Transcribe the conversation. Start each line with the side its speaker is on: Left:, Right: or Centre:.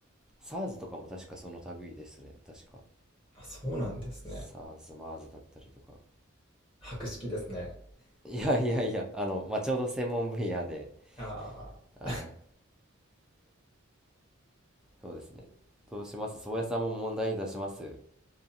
Centre: SARS とかも確かその類ですね確か
Left: あ、そうなんですね。
Centre: SARS、m e r s だったりとか
Left: 博識ですね。
Centre: いやいやいやあの、まあ、ちょうど専門分野で
Left: ああ、
Centre: あーそうですねどうします宗谷さんも問題出します